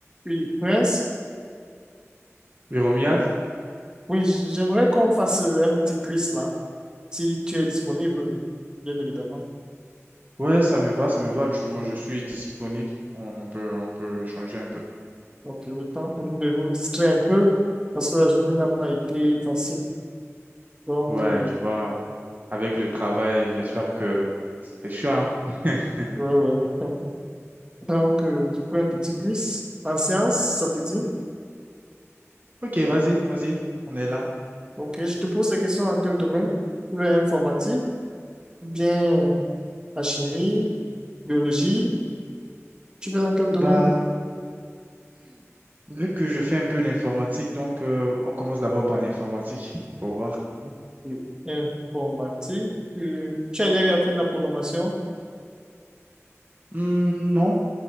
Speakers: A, on the right; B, on the right.
A: Oui, Prince.
B: Oui, Romuald?
A: Oui, j- j'aimerais qu'on fasse euh, un petit quiz là, si tu es disponible, bien évidemment.
B: Ouais, ça me va, ça me va. Actuellement, je suis disponible. On on peut, on peut échanger un peu.
A: Donc, euh, le temps pour nous de nous distraire un peu, parce que la journée n'a pas été facile. Donc,
B: Ouais,
A: euh,
B: tu vois, avec le travail, bien sûr que c'est chiant. <laughs>
A: ouais, ouais. <laughs> Donc, euh, du coup, un petit quiz en sciences, ça te dit?
B: Ok, vas-y, vas-y, on est là.
A: Ok, je te pose des questions dans quel domaine? Tu veux informatique, ou bien euh, la chimie, biologie, tu veux dans quel domaine?
B: Bah, vu que je fais un peu l'informatique, donc euh, on commence d'abord par l'informatique pour voir.
A: Ok, Informatique, euh, tu as déjà eu à faire de la programmation?
B: Hmm, non,